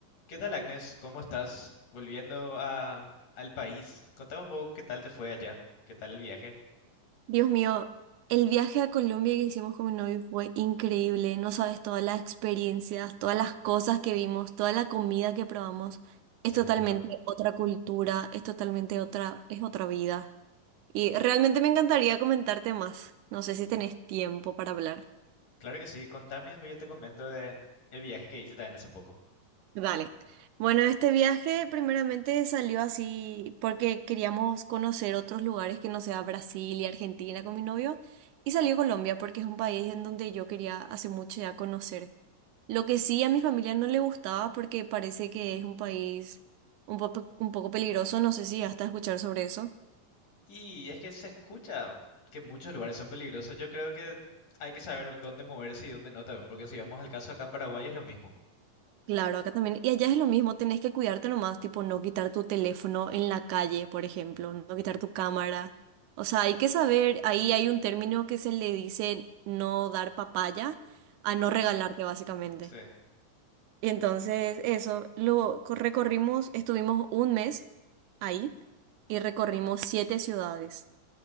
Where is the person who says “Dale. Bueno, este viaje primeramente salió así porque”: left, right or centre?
Right